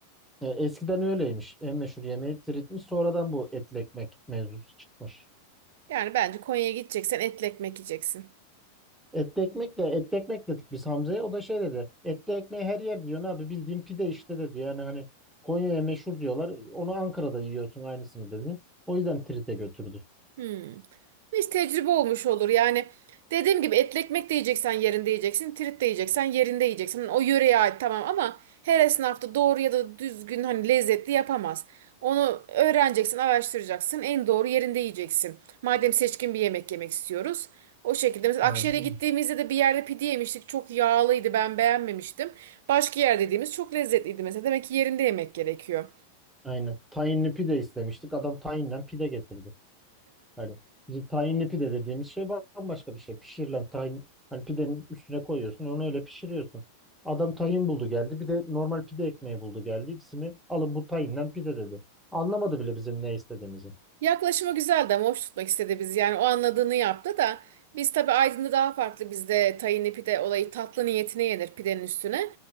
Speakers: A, in the centre; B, on the right.
A: E, eskiden öyleymiş. En meşhur yemeği tiritmiş. Sonradan bu etli ekmek mevzusu çıkmış.
B: Yani bence Konya'ya gideceksen etli ekmek yiyeceksin.
A: Etli ekmek de etli ekmek dedik biz Hamza'ya. O da şey dedi. Etli ekmeği her yer diyor abi bildiğin pide işte dedi. Yani hani Konya'ya meşhur diyorlar. Onu Ankara'da yiyorsun aynısını dedi. O yüzden trite götürdü.
B: Hmm. Hiç tecrübe olmuş olur. Yani dediğim gibi etli ekmek de yiyeceksen yerinde yiyeceksin. Trit de yiyeceksen yerinde yiyeceksin. Hani O yöreye ait tamam ama her esnaf da doğru ya da düzgün hani lezzetli yapamaz. Onu öğreneceksin, araştıracaksın. En doğru yerinde yiyeceksin. Madem seçkin bir yemek yemek istiyoruz. O şekilde mesela
A: Aynen.
B: Akşehir'e gittiğimizde de bir yerde pide yemiştik. Çok yağlıydı ben beğenmemiştim. Başka yer dediğimiz çok lezzetliydi mesela. Demek ki yerinde yemek gerekiyor.
A: Aynen. Tayinli pide istemiştik. Adam tayinden pide getirdi. Yani bizim tahinli pide dediğimiz şey bambaşka bir şey. Pişirilen tahin hani pidenin üstüne koyuyorsun onu öyle pişiriyorsun. Adam tahin buldu geldi bir de normal pide ekmeği buldu geldi. İkisini alın bu tahinden pide dedi. Anlamadı bile bizim ne istediğimizi.
B: Yaklaşımı güzeldi ama hoş tutmak istedi biz. Yani o anladığını yaptı da biz tabii Aydın'da daha farklı. Bizde tahinli pide olayı tatlı niyetine yenir pidenin üstüne.